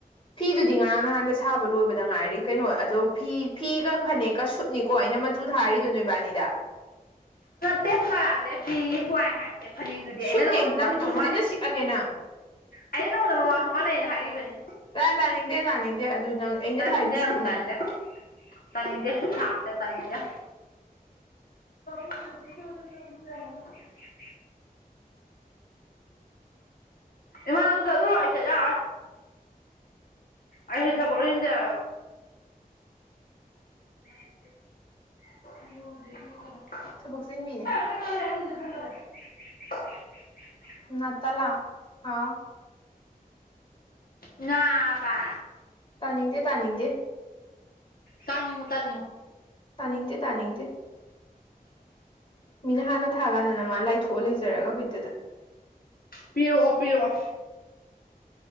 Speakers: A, on the left; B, on the left.
A: ꯐꯤꯗꯨꯗꯤ ꯉꯔꯥꯡ ꯅꯍꯥꯟꯗ ꯁꯥꯕ ꯂꯣꯏꯕꯗ ꯉꯥꯏꯔꯤ ꯀꯩꯅꯣ ꯑꯗꯣ ꯐꯤ ꯐꯤꯒ ꯐꯅꯦꯛꯀ ꯅꯤꯀꯣ ꯑꯩꯅ ꯃꯆꯨ ꯊꯥꯔꯤꯗꯨꯣ ꯅꯣꯏ ꯏꯕꯥꯅꯤꯗ
B: ꯅꯦ ꯐ ꯀꯗꯦ ꯐꯤ ꯀꯋꯥ ꯍꯥꯏ ꯑꯦ ꯐꯅꯦꯦꯛꯛꯇꯨꯗꯤ ꯑꯩꯅ
A: ꯁꯨꯠꯅꯤ
B: ꯅꯪꯉꯣꯟꯗ ꯃꯃꯥꯡꯗꯁꯨ
A: ꯅꯃꯤꯠꯇꯨ ꯈꯨꯖꯤꯟꯅ
B: ꯃꯥꯥꯟꯅꯩ
A: ꯁꯤꯛꯑꯒꯦ ꯅꯪ
B: ꯑꯩꯅ ꯅꯪꯉꯣꯟꯗ ꯃꯃꯥꯡꯁꯨ ꯃꯥ ꯂꯩꯅꯦ ꯍꯥꯏꯈꯤꯕꯅꯤ
A: ꯇꯥ ꯇꯥꯅꯤꯡꯗꯦ ꯇꯥꯅꯤꯡꯗꯦ ꯑꯗꯨ ꯅꯪ ꯑꯩꯅ
B: ꯇꯟꯒꯦ
A: ꯊꯥꯏꯗꯨ ꯁꯨꯠꯅꯤ
B: ꯇꯒꯦ ꯇꯅꯤꯡꯖꯁꯨ ꯊꯦ ꯇꯉꯖ <inaudible> ꯏꯃꯒ ꯑꯗꯨꯔ ꯍꯥꯏꯥꯏꯇꯂ ꯑꯩ ꯏ ꯊ ꯄꯔꯁꯤꯗ <inaudible>
A: ꯊꯕꯛ ꯆꯤꯟꯕꯤꯅꯦ
B: <inaudible>
A: ꯅꯠꯇꯂꯥ ꯍꯥꯎ
B: ꯉꯕ
A: ꯇꯥꯅꯤꯡꯗꯦ ꯇꯥꯅꯤꯡꯗꯦ
B: ꯇꯥꯅꯤꯣ ꯇꯥꯅꯤꯣ
A: ꯇꯥꯅꯤꯡ ꯅꯤꯡꯇꯦ ꯇꯥꯅꯤꯡꯇꯦ ꯃꯤꯅ ꯍꯥꯟꯅ ꯊꯥ ꯀꯥꯟꯗꯅ ꯃꯥ ꯂꯥꯏꯊꯣꯛꯑꯒ ꯂꯩꯖꯔꯒ ꯍꯨꯏꯠꯇꯨꯗ
B: ꯄꯤꯔꯛꯑꯣ ꯄꯤꯔꯛꯑꯣ